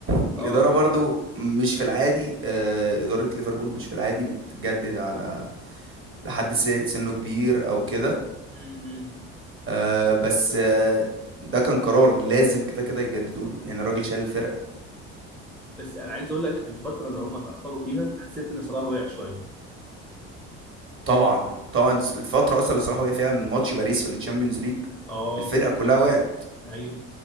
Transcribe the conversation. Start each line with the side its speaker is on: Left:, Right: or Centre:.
Right: الإدارة
Centre: اه
Right: برضو مش في العادي آه، إدارة ليفربول مش في العادي بتجدد على لحد س- سنه كبير أو كده
Centre: امم
Right: آه، بس آه، ده كان قرار لازم كده كده يجددوا له يعني الراجل شال الفرقة
Centre: بس انا عايز اقول لك في الفتره اللي هما اتاخروا فيها حسيت ان صلاح وقع شويه
Right: طبعا طبعا الفترة أصلا اللي صلاح وقع فيها من ماتش باريس في التشامبيونز ليج
Centre: اه
Right: الفرقة كلها وقعت
Centre: ايوه